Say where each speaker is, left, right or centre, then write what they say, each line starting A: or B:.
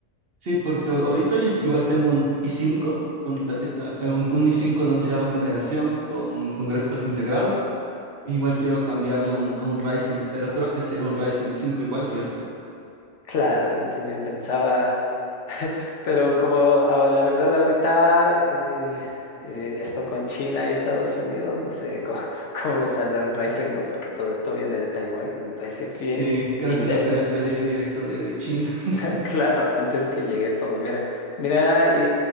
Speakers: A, on the right; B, on the left.
A: Sí, porque ahorita yo igual tengo un i5 con tarjeta, eh, un, un i5 de onceava generación con, con gráficos integrados. Igual quiero cambiarle a un, a un Ryzen, pero creo que sería un Ryzen 5 igual, ¿cierto?
B: Claro, yo también pensaba... <laughs> Pero como a- la verdad ahorita eh, eh, esto con China y Estados Unidos, no sé cómo, <laughs> cómo me saldrá un Ryzen, ¿no? Porque todo esto viene de Taiwán y me parece que
A: Sí, creo
B: Intel,
A: que tocaría pedir directo de, de China. <laughs>
B: <laughs> claro, antes que llegue todo, mira, mira, y